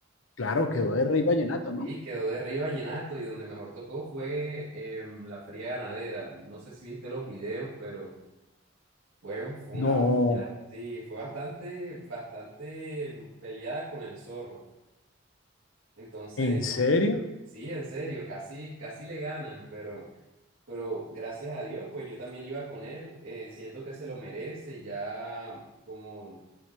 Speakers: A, on the left; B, on the right.
A: Claro, quedó de Rey Vallenato, ¿no?
B: Y quedó de rey vallenato y donde mejor tocó fue em, la Feria Ganadera. No sé si viste los videos, pero fue, un- fue
A: No,
B: una batalla. Sí, fue bastante, bastante lu- peleada con el zorro. Entonces,
A: ¿en serio?
B: no, sí, en serio, casi, casi le ganan, pero, pero gracias a Dios, pues yo también iba con él, eh, siento que se lo merece, ya como